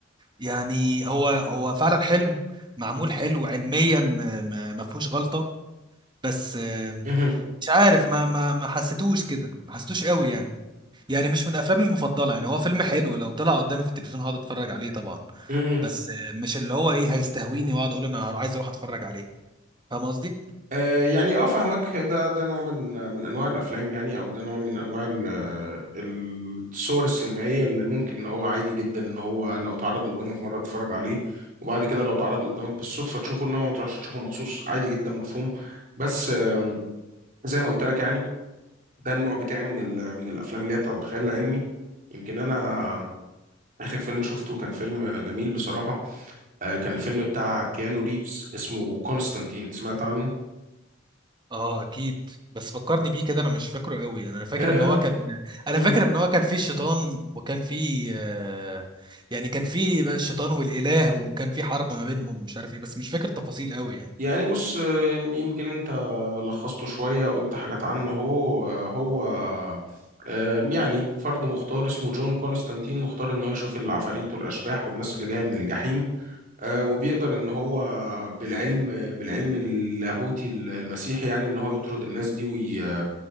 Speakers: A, on the right (about 25°); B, on the right (about 45°).
A: يعني هو هو فعلا حلو معمول حلو علميا آه، ما ما فيهوش غلطه بس آه،
B: امم
A: مش عارف ما ما ما حسيتوش كده ما حسيتوش قوي يعني يعني مش من افلامي المفضله يعني هو فيلم حلو لو طلع قدامي في التلفزيون هقعد اتفرج عليه طبعا
B: امم
A: بس آه، مش اللي هو ايه هيستهويني واقعد اقول انا عايز اروح اتفرج عليه فاهم قصدي
B: آه يعني اه فاهمك ده ده نوع من من انواع الافلام يعني او ده نوع من انواع ال- الصور السينمائيه اللي ممكن ان هو عادي جدا ان هو لو اتعرض قدامك مره تتفرج عليه وبعد كده لو اتعرض قدامك بالصدفه تشوفه انما ما تروحش تشوفه مخصوص عادي جدا مفهوم بس آم، زي ما قلت لك يعني ده النوع بتاعي من ال- من الافلام اللي هي بتاعت الخيال العلمي يمكن انا آخر فيلم شفته كان فيلم جميل بصراحة آه كان الفيلم بتاع كيانو ريفز اسمه كونستانتين سمعت عنه؟
A: اه اكيد بس فكرني بيه كده انا مش فاكره قوي يعني انا فاكر
B: آه
A: ان هو كان انا
B: مم.
A: فاكر ان هو كان فيه شيطان وكان فيه آه، يعني كان فيه بقى الشيطان والاله وكان فيه حرب ما بينهم ومش عارف ايه بس مش فاكر تفاصيل قوي يعني
B: يعني بص آه، يمكن أنت لخصته شوية قلت حاجات عنه هو هو آه، يعني فرد مختار اسمه جون كونستانتين مختار ان هو يشوف العفاريت والاشباح والناس اللي جايه من الجحيم آه، وبيقدر ان هو بالعلم بالعلم اللاهوتي المسيحي يعني ان هو يطرد الناس دي وي